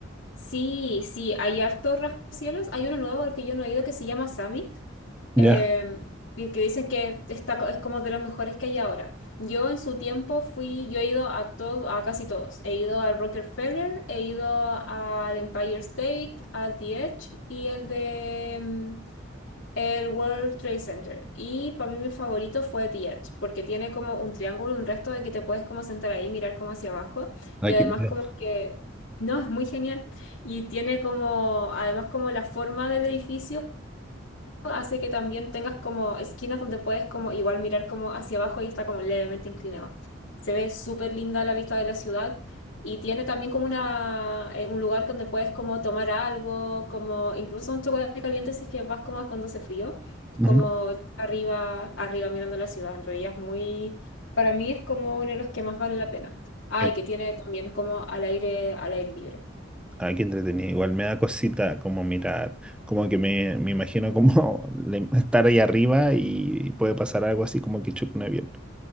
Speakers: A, on the left; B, in the centre.
A: sí, sí, hay harto rascacielos. Hay uno nuevo al que yo no he ido que se llama Summit
B: Ya.
A: eh, y que dicen que está, co- es como de los mejores que hay ahora. Yo en su tiempo fui, yo he ido a todo, a casi todos. He ido al Rockefeller, he ido al Empire State, al The Edge y el de mm, el World Trade Center. Y para mí mi favorito fue The Edge, porque tiene como un triángulo, un resto de que te puedes como sentar ahí, mirar como hacia abajo.
B: Hay
A: Y además
B: que, ya.
A: como que, no, es muy genial. Y tiene como, además como la forma del edificio hace que también tengas como esquinas donde puedes como igual mirar como hacia abajo y está como levemente inclinado. Se ve súper linda la vista de la ciudad y tiene también como una, eh, un lugar donde puedes como tomar algo, como incluso un chocolate caliente si es que vas como cuando hace frío,
B: Ujú.
A: como arriba, arriba mirando la ciudad. En realidad es muy, para mí es como uno de los que más vale la pena. Ay,
B: Que-
A: que tiene también como al aire, al aire libre.
B: ay, qué entretenido. Igual me da cosita como mirar, como que me, me imagino como <laughs> le- estar ahí arriba y puede pasar algo así como que choque un avión.